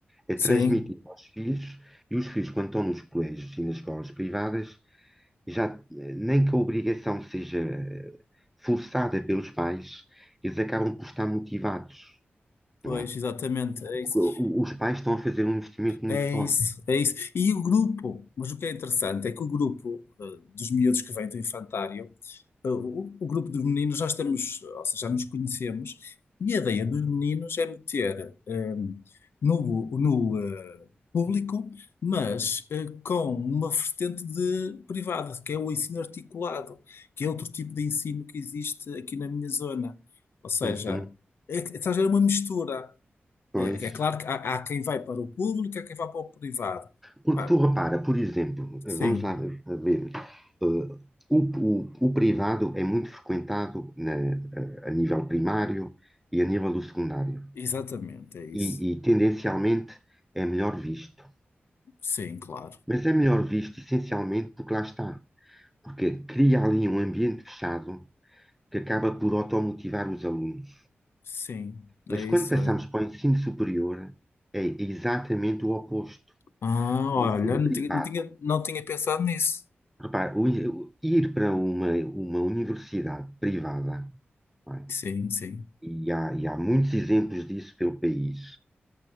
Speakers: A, in the centre; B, on the left.
A: é transmitida
B: Sim,
A: aos filhos, e os filhos, quando estão nos colégios e nas escolas privadas, já eh, nem que a obrigação seja eh, forçada pelos pais, eles acabam por estar motivados,
B: pois,
A: não é?
B: exatamente, é isso.
A: Porque o- os pais estão a fazer um investimento
B: É
A: muito forte.
B: isso, é isso. E o grupo, mas o que é interessante é que o grupo eh, dos miúdos que vêm do infantário, eh, o, o grupo dos meninos nós temos, ou seja, já nos conhecemos, e a ideia dos meninos é meter eh, no, no eh, público, mas eh, com uma vertente de privado, que é o ensino articulado, que é outro tipo de ensino que existe aqui na minha zona. Ou seja,
A: Uhum,
B: é, que- estás a ver, é uma mistura.
A: pois.
B: É, é claro que há, há quem vai para o público, há quem vai para o privado.
A: Porque
B: Pá,
A: tu repara, por exemplo,
B: sim,
A: vamos lá ver, ver, eh, o, o- o privado é muito frequentado na- a, a nível primário e a nível do secundário.
B: exatamente, é isso.
A: E, e, tendencialmente é melhor visto.
B: Sim, claro.
A: Mas é melhor visto essencialmente porque lá está. Porque cria ali um ambiente fechado que acaba por automotivar os alunos.
B: Sim, é
A: Mas
B: isso,
A: quando passamos
B: é.
A: para o ensino superior, é exatamente o oposto.
B: Ah,
A: O
B: olha,
A: ensino
B: não
A: privado
B: tinha, não tinha, não tinha pensado nisso.
A: Repare, o in- o- ir para uma, uma universidade privada, não é?
B: Sim, sim.
A: e há, e há muitos exemplos disso pelo país,